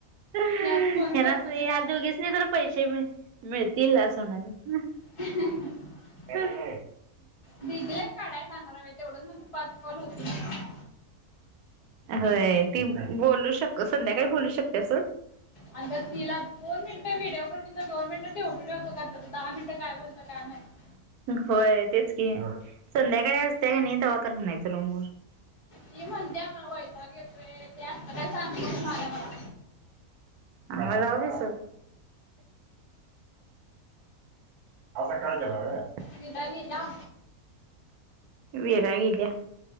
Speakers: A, on the right (about 85°); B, on the left (about 30°).
A: तर
B: मी आज फोन
A: ह्या
B: करतो की त्यांना
A: ह दोघेच नाही तर पैसे मिळतील असं नाही
B: <unintelligible> <inaudible>
A: ह..
B: बिगले काढाय जाणार आहे तेवढंच मग पाच कॉल होतील.
A: होय ती बोलू शक संध्याकाळी बोलू शकते अस?
B: अग तिला दोन मिनट व्हिडीओ बघीतले कि दोनमिनट ठेवतो, ठेवतो कारतो ती दहा मिनटं काय बोलत काय माहीती.
A: होय तेच की संध्याकाळी असते की नाही तेव्हा करून न्यायचं रुम वर.
B: ती म्हणते मला वैताग येतोय ते असल काय सांगु नको <unintelligible> मला.
A: आणि मला राहुदे स. आसा काळजला हे.
B: विरा गेला.
A: विरा येईला.